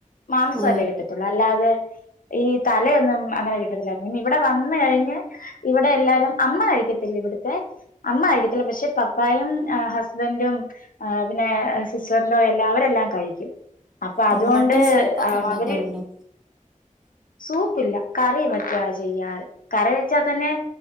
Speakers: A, on the left; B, in the centre.
A: മാംസല്ലേ
B: ഓ
A: കിട്ടത്തൊള്ളൂ അല്ലാതെ ഈ തലയൊന്നും അങ്ങനെ കിട്ടത്തില്ലായിരുന്നു ഇവിടെ വന്ന കഴിഞ്ഞ് ഇവിടെ എല്ലാരും അമ്മ കഴിക്കത്തില്ല ഇവിടുത്തെ അമ്മ കഴിക്കത്തില്ല പക്ഷെ പപ്പായും ആ ഹസ് ബന്റും ആ.. പിന്നെ സിസ്റ്റർലോയും എല്ലാം അവരെല്ലാം കഴിക്കും <unintelligible> അപ്പൊ അതുകൊണ്ട്
B: ഉം മട്ടൻ സൂപ്പൊക്കെ ഉണ്ടാക്കാറുണ്ടോ
A: അവര് സൂപ്പില്ല കറി മറ്റാ ചെയ്യാറ് കറി വെച്ചാ തന്നെ